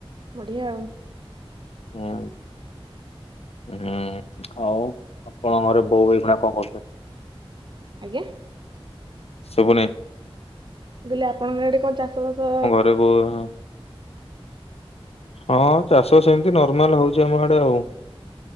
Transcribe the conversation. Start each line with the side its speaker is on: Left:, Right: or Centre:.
Right: ବଢିଆ ଆଉ।
Left: ଉଁ ଉଁହୁଁ। ଆଉ ଆପଣଙ୍କ ଘରେ ବୋଉ ଏଇକ୍ଷୁଣା କଣ କରୁଛନ୍ତି?
Right: ଆଜ୍ଞା ମୁଁ
Left: ଶୁଭୁନି
Right: ମୁଁ କହିଲେ ଆପଣଙ୍କ ଆଡେ କଣ ଚାଷବାଷ
Left: ତୋ ବୋଉ ହଁ ହଁ ଚାଷ ସେମତି ନର୍ମାଲ ହୋଉଚି ଆମ ଆଡେ ଆଉ।